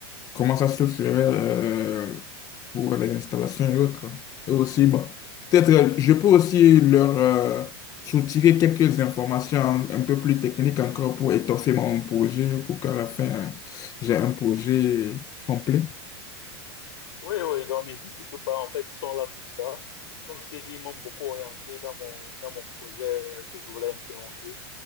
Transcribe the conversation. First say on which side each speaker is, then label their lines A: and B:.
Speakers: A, on the left; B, on the left.
A: comment ça se ferait euh, pour les installations et autres. Et aussi, bon, peut-être euh, je peux aussi leur euh, soutirer quelques informations un peu plus techniques encore pour étoffer mon projet, pour qu'à la fin, euh, j'ai un projet complet.
B: Oui, oui, donc n'hésite surtout pas. En fait, ils sont là pour ça. Comme je t'ai dit, ils m'ont beaucoup orienté dans mon, dans mon projet euh, que je voulais implémenter.